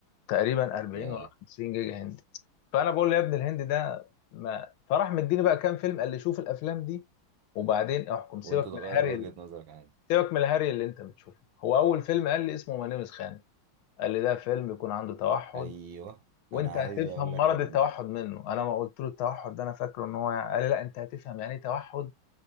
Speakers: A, on the left; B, on the right.
A: تقريبا 40
B: يا
A: ولا 50 جيجا هندي فانا بقول له يا ابن الهند ده ما فراح مديني بقى كام فيلم قال لي شوف الافلام دي وبعدين احكم سيبك
B: وانت تغير
A: من الهري
B: وجهه نظرك عن دي.
A: سيبك من الهري اللي انت بتشوفه هو اول فيلم قال لي اسمه ملامس خان قال لي ده فيلم بيكون عنده توحد
B: ايوه
A: وانت
B: انا
A: هتفهم
B: عايز اقول لك
A: مرض
B: ان
A: التوحد منه انا ما قلت له التوحد ده انا فاكره ان هو قال لي لا انت هتفهم يعني ايه توحد